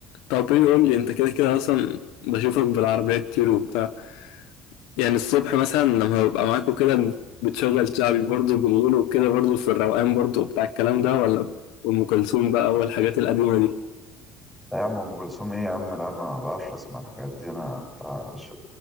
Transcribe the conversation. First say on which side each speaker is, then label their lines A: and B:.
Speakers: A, on the left; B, in the centre.
A: طب ايه قول لي انت كده كده اصلا بشوفك بالعربيه كتير وبتاع يعني الصبح مثلا لما ببقى معاك وكده بتشغل شعبي برضه بالليل وكده برضه في الروقان برضه بتاع الكلام ده ولا ام كلثوم بقى والحاجات القديمه دي
B: لا يا عم أم كلثوم إيه يا عم لا ما بعرفش أسمع الحاجات دي أنا بتاع ش...